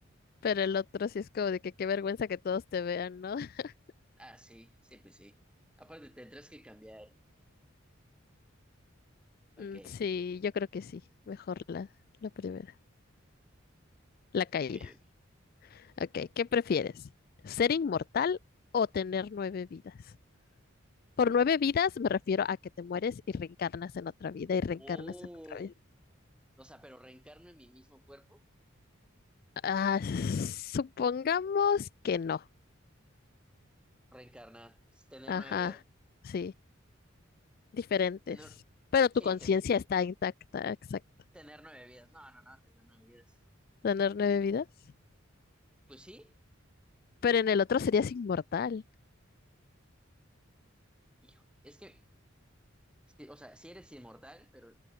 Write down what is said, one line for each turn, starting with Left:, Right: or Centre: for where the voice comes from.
Left: Pero el otro sí es como de que qué vergüenza que todos te vean, ¿no? <laughs>
Centre: Ah, sí, sí, pues sí. Aparte tendrás que cambiar. Ok,
Left: Mm, sí, yo creo que sí. Mejor la, la primera. La caída.
Centre: ok, ok.
Left: Ok, ¿qué prefieres? ¿Ser inmortal o tener nueve vidas? Por nueve vidas me refiero a que te mueres y reencarnas en otra vida y reencarnas
Centre: Oh,
Left: en otra vida.
Centre: o sea, pero reencarno en mi mismo cuerpo.
Left: Ah, supongamos que no.
Centre: Reencarnar, tener
Left: Ajá,
Centre: nueve vidas.
Left: sí, diferentes.
Centre: Tener,
Left: Pero tu
Centre: sí,
Left: conciencia
Centre: ten-
Left: está intacta, exacto.
Centre: tener nueve vidas. No, no, no, tener nueve vidas.
Left: Tener nueve vidas.
Centre: Pues sí,
Left: Pero en el otro serías inmortal.
Centre: hijo, es que Es que, o sea, si eres inmortal, pero